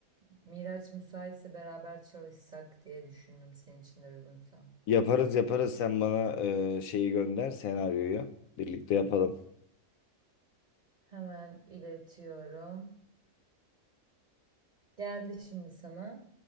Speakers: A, on the right; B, on the left.
A: Miraç müsaitse beraber çalışsak diye düşündüm senin için de uygunsa.
B: Yaparız yaparız. Sen bana e, şeyi gönder senaryoyu. Birlikte yapalım.
A: Hemen iletiyorum. Geldi şimdi sana.